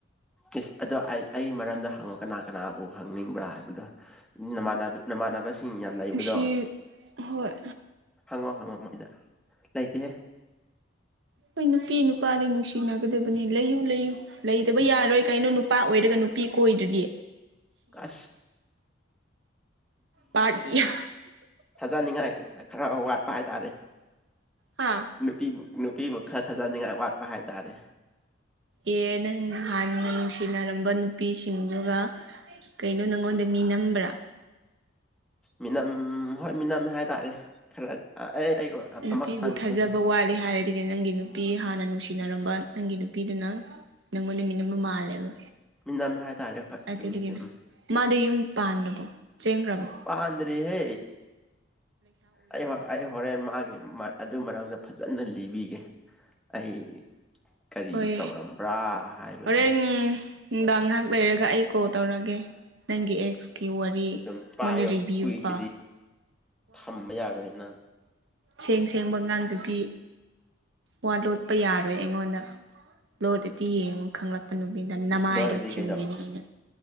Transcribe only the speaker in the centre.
ꯏꯁ ꯑꯗꯣ ꯑꯩ ꯑꯩ ꯃꯔꯝꯗ ꯍꯪꯉ ꯀꯅꯥ ꯀꯅꯥꯕꯨ ꯍꯪꯅꯤꯡꯕ꯭ꯔꯥ ꯍꯥꯏꯕꯗꯣ ꯅꯥꯟ ꯅꯃꯥꯟꯅꯕ ꯏꯁꯤꯡ ꯌꯥꯝ ꯂꯩꯕꯗꯣ
ꯍꯪꯉꯣ ꯍꯪꯉꯣ ꯃꯣꯏꯗ ꯂꯩꯇꯦꯍꯦ
ꯑ
ꯊꯥꯖꯅꯤꯡꯉꯥꯏ ꯈꯔ ꯋꯥꯠꯄ ꯍꯥꯏꯇꯥꯔꯦ
ꯅꯨꯄꯤꯕꯨ ꯅꯨꯄꯤꯕꯨ ꯈꯔ ꯊꯥꯖꯅꯤꯡꯉꯥꯏ ꯋꯥꯠꯄ ꯍꯥꯏꯇꯥꯔꯦ
ꯃꯤꯅꯝ ꯍꯣꯏ ꯃꯤꯅꯝꯃꯦ ꯍꯥꯏꯇꯥꯔꯦ ꯈꯔ ꯑꯩ ꯑꯩꯒ
ꯑꯃꯈꯛꯇꯪꯅꯤ
ꯃꯤ ꯅꯝꯃꯦ ꯍꯥꯏꯇꯥꯥꯔꯦ ꯍꯣꯏ
ꯆꯨꯝꯃꯤ ꯆꯨꯝꯃꯤ
ꯄꯥꯟꯗ꯭ꯔꯤꯍꯦ ꯑꯩ ꯍ ꯑꯩ ꯍꯣꯔꯦꯟ ꯃꯥ ꯑꯗꯨ ꯃꯔꯝꯗ ꯐꯖꯅ ꯂꯤꯕꯤꯒꯦ ꯑꯩ ꯀꯔꯤ
ꯇꯧꯔꯝꯕ꯭ꯔꯥ ꯍꯥꯏꯕꯗꯣ
ꯑꯗꯨꯝ
ꯄꯥꯏꯌꯣ
ꯀꯨꯏꯗ꯭ꯔꯤ
ꯊꯝꯕ ꯌꯥꯔꯣꯏꯅ
ꯏꯁ ꯂꯣꯏꯔꯗꯤ
ꯀꯩꯗꯧ